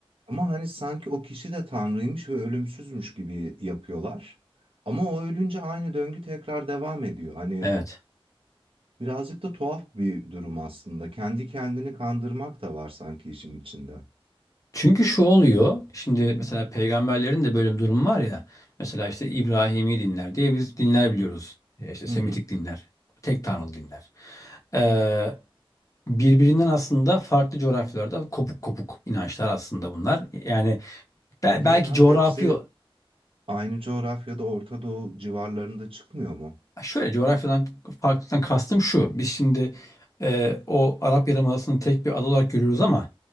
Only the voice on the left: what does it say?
Evet.
Çünkü şu oluyor. Şimdi mesela peygamberlerin de böyle bir durum var ya. Mesela işte İbrahimi dinler diye biz dinler biliyoruz. E, İşte Semitik
dinler. Tek tanrılı dinler. Ee, birbirinden aslında farklı coğrafyalarda kopuk kopuk inançlar aslında bunlar. Yani be-
belki
coğrafi
şöyle coğrafyadan farklılıktan kastım şu. Biz şimdi e, o Arap Yarımadası'nı tek bir ada olarak görüyoruz ama